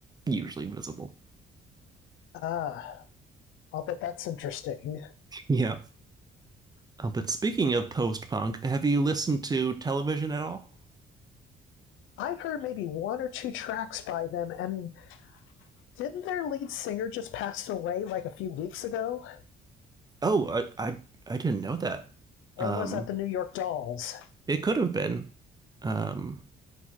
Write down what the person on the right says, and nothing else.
usually visible.
Yeah. Uh, but speaking of post-punk, have you listened to television at all?
Oh, I I, I didn't know that.
Um,
it could have been. Um,